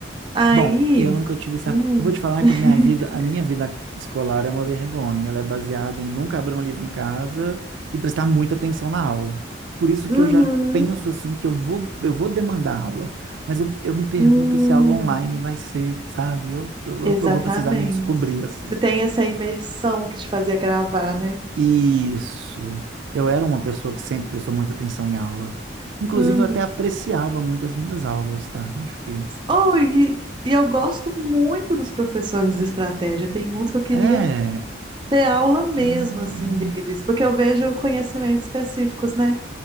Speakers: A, on the right (about 25°); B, on the right (about 80°).
A: Aí.
B: Bom, eu nunca tive essa.
A: Hum.
B: Eu vou te falar
A: <laughs>
B: que a minha vida, a minha vida escolar é uma vergonha. Ela é baseada em nunca abrir um livro em casa e prestar muita atenção na aula. Por isso
A: Uhum.
B: que eu já penso assim que eu vou, eu vou demandar aula. Mas eu, eu me pergunto
A: Hum.
B: se a aula online vai ser, sabe? Eu, eu,
A: Exatamente.
B: eu vou precisar me descobrir assim.
A: Você tem essa imersão que te fazia gravar, né?
B: Isso. Eu era uma pessoa que sempre prestou muita atenção em aula. Inclusive,
A: Uhum.
B: eu até apreciava muito as minhas aulas, tá? Acho que.
A: Oh, e, e eu gosto muito dos professores de estratégia. Tem uns que eu queria
B: É.
A: ter aula mesmo,
B: Ah,
A: assim, deles, porque eu vejo conhecimentos específicos, né?